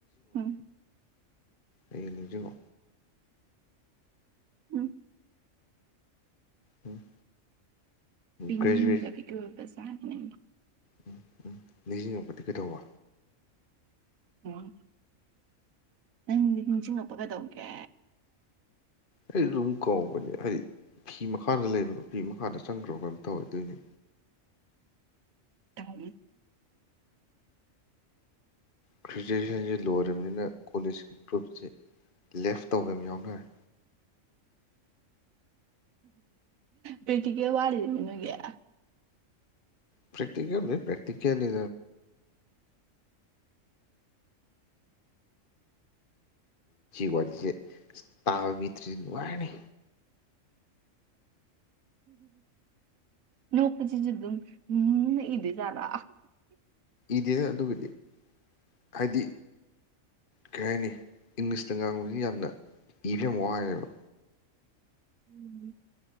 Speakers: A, on the right; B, on the left.
A: ꯎꯝ
B: ꯑꯩ ꯍꯧꯖ
A: ꯎꯝ
B: ꯎꯝ꯫
A: ꯄꯤꯅꯤꯡꯗꯕꯤꯛ
B: ꯒ꯭ꯔꯦꯖꯨꯋꯦꯠ
A: ꯑꯣꯏꯕꯁ ꯆꯦ
B: ꯎꯝ ꯎꯝ ꯅꯤꯡꯁꯤꯡꯉꯛꯄꯗꯤ ꯀꯩꯗꯧꯕ
A: ꯑꯣ ꯅꯪꯗꯤ ꯅꯤꯡꯁꯤꯡꯉꯛꯄ ꯀꯩꯗꯧꯒꯦ
B: ꯑꯩ ꯑꯗꯨꯝ ꯀꯧꯕꯅꯦ ꯑꯩꯗꯤ ꯐꯤ ꯃꯈꯥꯗ ꯂꯩ ꯐꯤ ꯃꯈꯥꯗ ꯆꯪꯈ꯭ꯔꯕ ꯀꯅ ꯇꯧꯋꯦ ꯑꯗꯨꯣꯏꯅꯦ
A: ꯍ
B: ꯒ꯭ꯔꯦꯖꯨꯋꯦꯁꯟꯁꯤ ꯂꯣꯏꯔꯕꯅꯤꯅ ꯀꯣꯂꯦꯖꯀꯤ ꯒ꯭ꯔꯨꯞꯁꯤ ꯂꯦꯐ ꯇꯧꯕ ꯑꯃ ꯌꯥꯎꯅꯔꯦ
A: ꯄꯩꯈꯤ ꯀ ꯋꯥꯔꯤꯔꯅꯒ
B: ꯛꯇꯤꯀꯦꯜꯅꯤ ꯋꯥꯔꯤꯦ ꯇꯥꯕꯃꯤꯇ꯭ꯔꯤꯅꯨꯡ ꯋꯥꯅꯤ
A: ꯅꯣꯛꯄꯁꯤꯁꯨꯗ ꯎꯝ ꯏꯗꯤ ꯆꯂ
B: ꯏꯗꯦꯗ ꯑꯗꯨꯒꯗꯤ ꯍꯥꯏꯗꯤ ꯀꯩ ꯍꯥꯏꯅꯤ ꯏꯪꯂꯤꯁꯇ ꯉꯥꯡꯕꯁꯤ ꯌꯥꯝꯅ ꯏꯕ ꯌꯥꯝ ꯋꯥꯦꯕ
A: ꯎꯝ